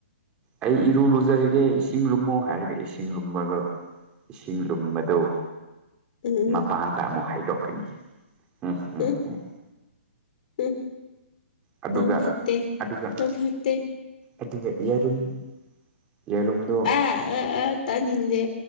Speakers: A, on the right; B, on the left.
A: ꯑꯩ ꯏꯔꯨ ꯂꯨꯖꯔꯒꯦ ꯏꯁꯤꯡ ꯂꯨꯝꯃꯣ ꯍꯥꯏꯔꯒ ꯏꯁꯤꯡ ꯂꯨꯝꯕꯒ ꯏꯁꯤꯡ ꯂꯨꯝꯕꯗꯨ
B: ꯎꯝ
A: ꯃꯄꯥꯟꯗ ꯑꯃꯨꯛ ꯍꯥꯏꯗꯣꯛꯀꯅꯤ ꯎꯝ ꯎꯝ
B: ꯎ
A: ꯎꯝ
B: ꯎ
A: ꯑꯗꯨꯒ
B: ꯅꯪ ꯐꯠꯇꯦ
A: ꯑꯗꯨꯒ
B: ꯅꯪ ꯐꯠꯇꯦ
A: ꯑꯗꯨꯒ ꯌꯦꯔꯨꯝ ꯌꯦꯔꯝꯗꯣ
B: ꯑ ꯑꯥ ꯑꯥ ꯇꯥꯅꯤꯡꯗꯦ